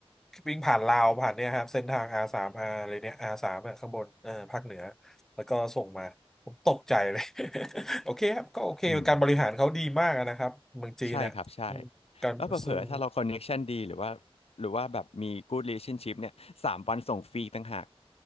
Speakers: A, in the centre; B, on the left.
A: วิ่งผ่านลาวผ่านเนี่ยครับเส้นทาง R สาม R อะไรเนี่ย R สามอะข้างบนเออภาคเหนือแล้วก็ส่งมาผมตกใจเลย <laughs> โอเคครับก็โอเคการบริหารเขาดีมากอะนะครับเมืองจีนน่ะอืมการซึ่ง
B: อืม ใช่ครับใช่แล้วเผลอๆถ้าเราคอนเน็กชันดีหรือว่าหรือว่าแบบมี good relationship เนี่ยสามวันส่งฟรีต่างหาก